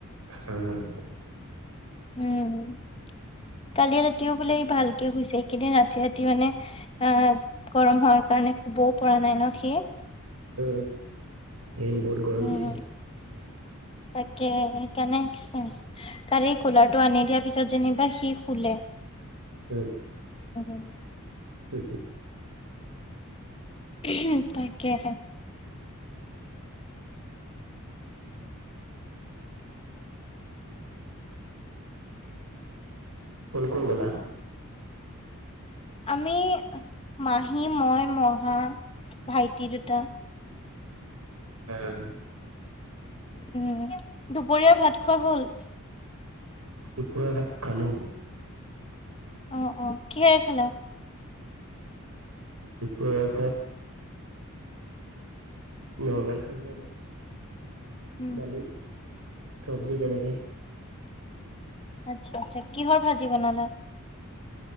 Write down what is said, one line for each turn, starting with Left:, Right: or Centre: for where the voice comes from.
Right: হুম <unintelligible>
Left: উম <unintelligible> কালি ৰাতিও বোলে ভালকে শুইছে এইকেইদিন ৰাতি-ৰাতি মানে আহ গৰম হয় <unintelligible> কাৰণে শুবও পৰা নাই ন সি
Right: উম এইকেইদিন বহুত গৰম
Left: উম
Right: দিছে।
Left: <unintelligible> তাকে সেইকাৰণে তাৰে এই কুলাৰটো আনি দিয়াৰ পিছত যেনিবা সি শুলে।
Right: উম।
Left: উম <unintelligible>
Right: হ হ <unintelligible>
Left: উহুম তাকেহে
Right: কোন-কোন গ'লা।
Left: আমি মাহী, মই, মহা, ভাইটি দুটা
Right: উম
Left: উম দুপৰীয়া ভাত খোৱা হল
Right: দুপৰীয়া ভাত খালোঁ।
Left: আহ অ কিহেৰে খালা?
Right: দুপৰীয়া ভাত নৰ্মেল খালো আৰু
Left: উম
Right: দালি চব্জি তেনেকে
Left: <unintelligible> আচ্ছা-আচ্ছা কিহৰ ভাজি বনালা? <inaudible>